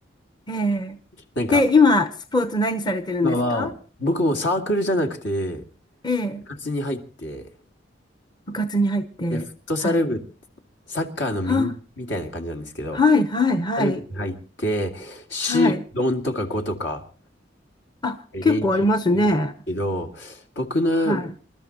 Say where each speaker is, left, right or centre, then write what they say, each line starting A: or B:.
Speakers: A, on the left; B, on the left.
A: ええで、
B: なんか、
A: 今、スポーツ何されてるんですか
B: 今は、僕もサークルじゃなくて、
A: ええ
B: 部活に入って、
A: 部活に入って、
B: で、フットサル部、
A: はい。
B: サッカーのミニみたいな感じなんですけど、
A: あ、はい、はい、はい、
B: フットサル部に入って、週4とか5とか
A: はい。あ、
B: え練習してるけど、
A: 結構ありますね。
B: 僕の
A: は